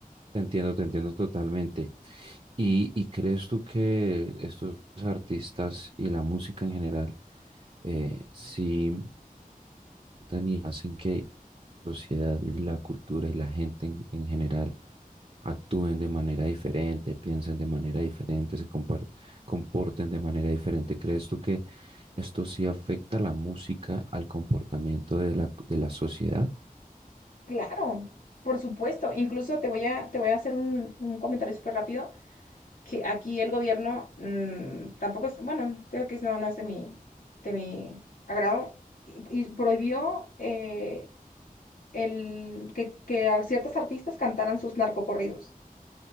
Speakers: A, on the right (about 45°); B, on the left (about 75°).
A: Te entiendo, te entiendo totalmente. ¿Y, y crees tú que estos artistas y la música en general, eh, sí afectan y hacen que la sociedad y la cultura y la gente en, en general actúen de manera diferente, piensen de manera diferente, se compar- comporten de manera diferente? ¿Crees tú que esto sí afecta la música al comportamiento de la, de la sociedad?
B: claro, por supuesto. Incluso te voy a, te voy a hacer un, un comentario súper rápido que aquí el gobierno mm, tampoco es, bueno, creo que es- no, no es de mi, de mi agrado y, y prohibió... eh, el, que, que a ciertos artistas cantaran sus narcocorridos.